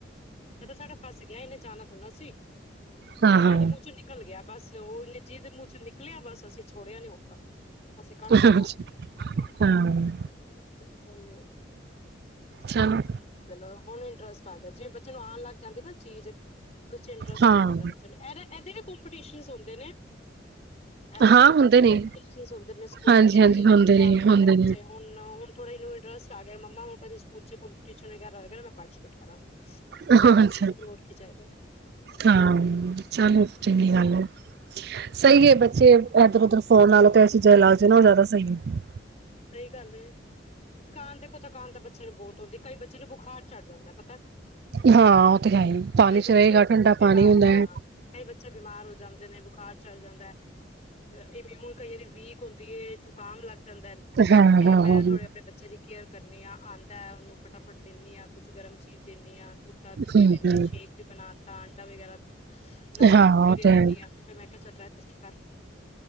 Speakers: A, on the left; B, on the right.
A: ਏਹ ਤਾਂ ਸਾਡਾ ਫਸ ਗਿਆ ਇਹਨੇ ਜਾਣਾ ਥੋੜ੍ਹਾ ਨਾ ਸੀ ਇਹ
B: ਹਾਂ
A: ਤਾਂ ਇਹਦੇ ਮੂੰਹ ਚੋਂ ਨਿਕਲ ਗਿਆ ਬਸ ਉਹ ਨਿੱਜੀ ਦੇ ਮੂੰਹ ਚੋਂ ਨਿਕਲਿਆ ਬਸ ਅਸੀਂ ਛੋੜਿਆ ਨੀ ਉਹ ਅਸੀਂ ਕੱਢ ਤਾ
B: ਹਾਂ
A: ਨਾਲ
B: ਹਾਂ
A: ਹੀ ਸਹੀ ਹੈ
B: ਚਲੋ
A: ਚਲੋ ਹੁਣ ਇੰਟਰਸਟ ਆ ਗਿਆ ਜਿਵੇਂ ਬ ਬੱਚੇ ਨੂੰ ਆਉਣ ਲੱਗ ਜਾਂਦੀ ਨਾ ਚੀਜ਼ ਬੱਚੇ ਨੂੰ ਇੰਟਰਸਟ
B: ਹਾਂ
A: ਆ ਜਾਂਦਾ ਬੱਚੇ ਨੂੰ ਇਹਦੇ ਇਹਦੇ ਵੀ ਕੋਂਪੀਟੀਸ਼ਨ ਹੁੰਦੇ ਨੇ ਇਹਦੇ
B: ਹਾਂ
A: ਸਵਿਮਿੰਗ
B: ਹੁੰਦੇ
A: ਦੇ ਵੀ
B: ਨੇ
A: ਕੌਂਪੀਟੀਸ਼ਨ ਨੇ ਸਕੂਲਾਂ
B: ਹਾਂਜੀ
A: ਚ
B: ਹਾਂਜੀ ਹੁੰਦੇ
A: ਜਾਂਦੇ
B: ਹੁੰਦੇ
A: ਨੇ ਬੱਚੇ ਹੁਣ ਹੁਣ ਥੋੜਾ ਇਹਨੂੰ ਇੰਟਰਸਟ ਆ ਗਿਆ ਮੰਮਾ ਹੁਣ ਕਦੀ ਸਕੂਲ ਚ ਕੰਪਟੀਸ਼ਨ ਵਗੈਰਾ ਹੋਏਗਾ ਨਾ ਮੈਂ ਪਾਰਟੀਸਪੇਟ ਕਰਾਂਗਾ
B: ਹਾ
A: ਮੈਂ ਕਿਹਾ
B: ਹਾ
A: ਜ਼ਰੂਰ
B: ਅੱਛਾ
A: ਹੋਰ ਕੀ ਚਾਹੀਦਾ
B: ਹ ਚਲੋ ਚੰਗੀ ਗੱਲ ਹੈ ਸਹੀ ਹੈ ਬੱਚੇ ਇਦਰ ਉਧਰ ਫੋਨ ਨਾਲੋ ਤੇ ਐਸੀ ਚੀਜਾਂ ਲਾ ਕੇ ਨਾ ਜ਼ਿਆਦਾ ਸਹੀ ਹੁੰਦੀਆ।
A: ਸਹੀ ਗੱਲ ਏ ਥਕਾਨ ਦੇਖੋ ਥਕਾਨ ਤਾਂ ਬੱਚੇ ਨੂੰ ਬਹੁਤ ਆਉਂਦੀ ਕਈ ਬੱਚੇ ਨੂੰ ਬੁਖਾਰ ਚੜ੍ਹ ਜਾਂਦਾ ਪਤਾ
B: ਹਾਂ ਉਹ ਤੇ ਹੈ ਹੀ ਪਾਣੀ
A: ਕਈ
B: ਚ
A: ਬੱਚੇ
B: ਰਹੇਗਾ ਠੰਡਾ
A: ਬਿਮਾਰ
B: ਪਾਣੀ ਹੁੰਦਾ
A: ਹਾਂ
B: ਹੈ।
A: ਕਈ ਬੱਚੇ ਬਿਮਾਰ ਹੋ ਜਾਂਣ ਨੇ ਬੁਖਾਰ ਛੱਡ ਜਾਂਦਾ ਇ ਹੁਨ ਕਈਆਂ ਦੀ ਵੀਕ ਹੁੰਦੀ ਹੈ ਜੁਕਾਮ ਲੱਗ ਜਾਂਦਾ ਤੇ
B: ਹਾਂ ਹਾਂ
A: ਮੈਂ
B: ਹਾਂ ਹਮ
A: ਥੋੜੇ ਆਪਣੇ ਬੱਚੇ ਦੀ ਕੇਅਰ ਕਰਨੀ ਹਾਂ ਆਉਂਦਾ ਹੈ ਉਹਨੂੰ ਫਟਾਫਟ ਦਿੰਦੀ ਹਾਂ ਕੁਛ ਗਰਮ ਚੀਜ਼ ਦਿੰਦੀ ਹਾਂ। ਦੁੱਧ ਦਾਧ ਦੇ
B: ਹਮ
A: ਦਨੀ ਹਾਂ ਸ਼ੇਕ ਵੀ ਬਣਾ ਤਾਾ ਆਂਡਾ ਵਗੈਰਾ ਨਾਲ
B: ਹਾਂ
A: ਹੀ ਰੋਟੀ
B: ਉਹ
A: ਦੇ
B: ਤੇ
A: ਦਿੰਦੀ
B: ਹੈ
A: ਹਾਂ ਫਿਰ ਮੈਂ ਕਿਹਾ ਚੱਲ ਰੈਸਟ ਕਰ।